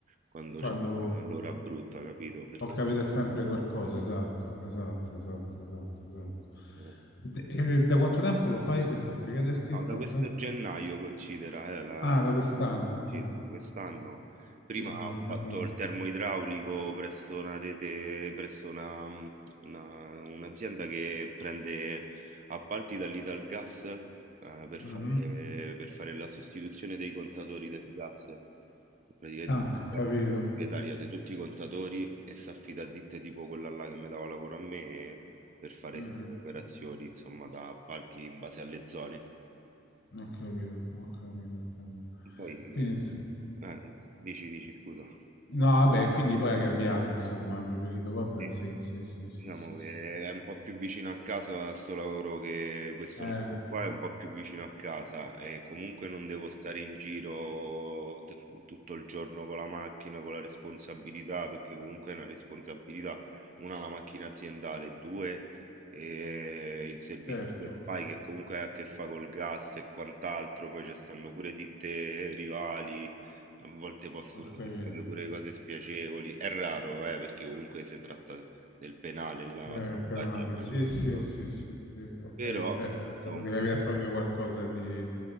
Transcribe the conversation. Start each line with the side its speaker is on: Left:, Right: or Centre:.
Right: quando
Left: quando
Right: c'è stata l'ora brutta, capito? Perché...
Left: ho capito sempre qualcosa, esatto, esatto, esatto, esatto, esatto.
Right: eh,
Left: E, e da quanto tempo lo fai, se posso chiederti?
Right: No, da
Left: No,
Right: questo
Left: sì?
Right: gennaio considera, eh, la...
Left: Ah, da quest'anno.
Right: Sì,
Left: Ah,
Right: da quest'anno. Prima
Left: quindi
Right: ho
Left: una cosa
Right: fatto
Left: nuova.
Right: il termoidraulico presso una rete, presso una, una- un'azienda che prende appalti dall'Italgas, eh, per
Left: Mhm.
Right: fare, per fare la sostituzione dei contatori del gas. E Praticamente
Left: Ah, ho
Right: il gas
Left: capito.
Right: è la proprietaria di tutti i contatori e si affida a ditte tipo quella là che mi dava lavoro a me per fare
Left: Mhm.
Right: queste operazioni, insomma, da appalti in base alle zone.
Left: Ho capito, ho capito, ho capito.
Right: Poi,
Left: Quindi, ins-
Right: eh, dici, dici, scusa.
Left: no, vabbè, quindi poi ha cambiato, insomma, ha preferito. Vabbè,
Right: Sì.
Left: sì, sì, sì, sì,
Right: Diciamo
Left: sì,
Right: che
Left: sì.
Right: è un po' più vicino a casa sto lavoro che questo
Left: Eh,
Right: nuovo qua è un po' più vicino a casa e comunque non devo stare in giro t- tutto il giorno con la macchina, con la responsabilità, perché comunque è una responsabilità, una la macchina aziendale, due eh, il servizio
Left: certo,
Right: che fai che comunque ha a che fare col gas e quant'altro, poi ci stanno pure ditte rivali. A volte possono
Left: ho capito.
Right: succedere pure cose spiacevoli, è raro, eh, perché comunque si tratta del penale là,
Left: Eh,
Right: sabotaggio
Left: il penale,
Right: e manutenzione.
Left: sì, sì, sì, sì, sì, ho
Right: Però
Left: capito. Cioè,
Right: insomma,
Left: stavo di capire proprio qualcosa di...